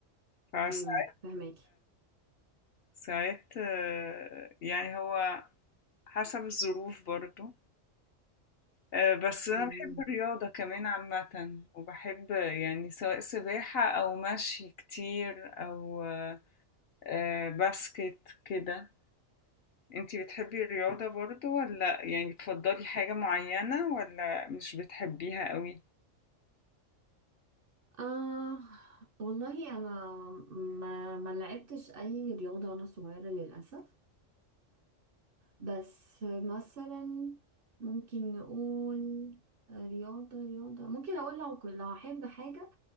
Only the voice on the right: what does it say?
امم فهماكي
مم.
آه والله أنا ما ما لعبتش أي رياضة وأنا صغيرة للأسف بس مثلا ممكن نقول رياضة رياضة ممكن أقول لو كنت- لو هحب حاجة